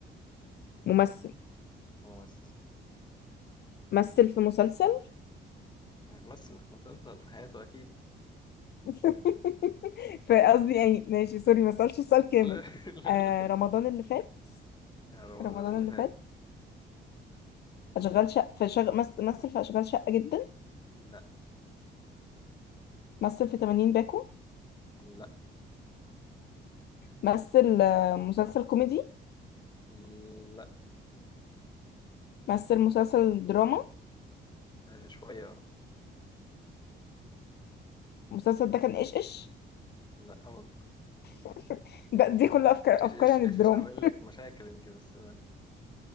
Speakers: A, on the left (about 55°); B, on the left (about 20°).
A: ممثل
B: ممثل
A: مثل في مسلسل
B: مثل في مسلسل في حياته أكيد
A: <laughs> فقصدي يعني ماشي سوري ما سألتش السؤال كامل
B: لا <laughs> لا
A: آه
B: لا
A: رمضان اللي فات
B: يا رمضان
A: رمضان
B: اللي
A: اللي
B: فات
A: فات أشغال شقة في شغ... مس... مثل في أشغال شقة جدا
B: لا
A: مثل في 80 باكو
B: لا
A: مثل آه، مسلسل كوميدي
B: لا
A: مثل مسلسل دراما
B: آه، شوية آه.
A: المسلسل ده كان إيش إيش
B: لا برضه
A: <laughs> ده دي كل أفكار
B: ايش
A: أفكار
B: ايش
A: عن الدراما
B: ايش ايش عامل لك مشاكل انت بس